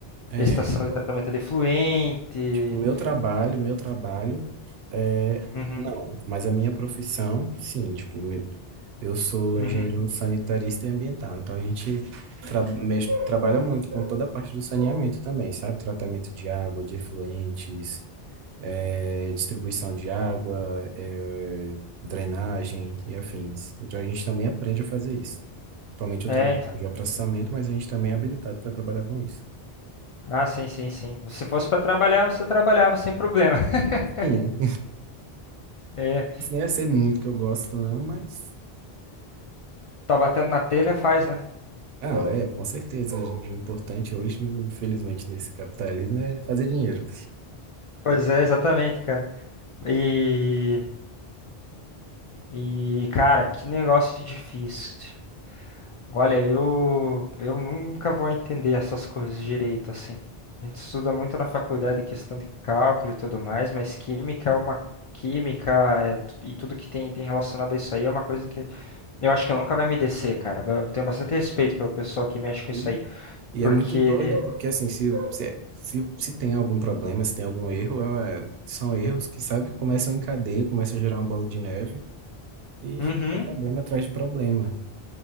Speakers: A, on the right (about 70°); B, on the left (about 55°).
A: é,
B: estação de tratamento de efluente.
A: tipo, meu trabalho, meu trabalho, é
B: Uhum,
A: não, mas a minha profissão, sim, tipo, me- eu sou
B: uhum.
A: engenheiro sanitarista e ambiental, então a gente tra- mex- trabalha muito com toda a parte do saneamento também, sabe? Tratamento de água, de efluentes, é, distribuição de água, é, drenagem e afins. Então a gente também aprende a fazer isso. Atualmente
B: É,
A: eu trabalho
B: então.
A: com geoprocessamento, mas a gente também é habilitado para trabalhar com isso.
B: Ah, sim, sim, sim. Se fosse para trabalhar, você trabalhava sem problema. <laughs>
A: Sim,
B: É,
A: Isso nem ia ser muito que eu gosto, não, mas.
B: tá batendo na telha, faz, né?
A: Ah, é, com certeza, a gente. O importante hoje, infelizmente, nesse capitalismo é fazer dinheiro.
B: Pois é, exatamente, cara. E, e, cara, que negócio difícil. Olha, eu, eu nunca vou entender essas coisas direito, assim. A gente estuda muito na faculdade questão de cálculo e tudo mais, mas química é uma química é tu- e tudo que tem, tem relacionado a isso aí é uma coisa que eu acho que nunca vai me descer, cara. Eu tenho bastante respeito pelo pessoal que mexe com
A: Sim.
B: isso aí,
A: E
B: porque
A: é muito doido, porque assim, se, se, se, se tem algum problema, se tem algum erro, é- é, são erros que, sabe, começam em cadeia, começam a gerar uma bola de neve e
B: uhum,
A: é problema atrás de problema.